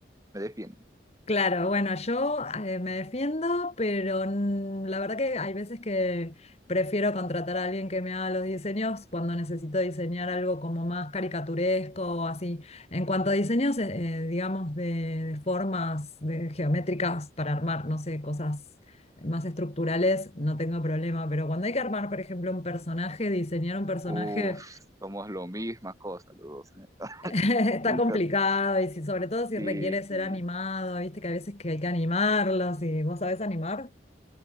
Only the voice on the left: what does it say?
Claro, bueno, yo eh, me defiendo, pero mm, la verdad que hay veces que prefiero contratar a alguien que me haga los diseños cuando necesito diseñar algo como más caricaturesco o así. En cuanto a diseños, eh, eh, digamos, de, de formas de geométricas para armar, no sé, cosas más estructurales, no tengo problema, pero cuando hay que armar, por ejemplo, un personaje, diseñar un personaje...
<laughs> Está
complicado y si, sobre todo si
requiere ser
animado, viste que a veces que hay que animarlos y vos sabés animar.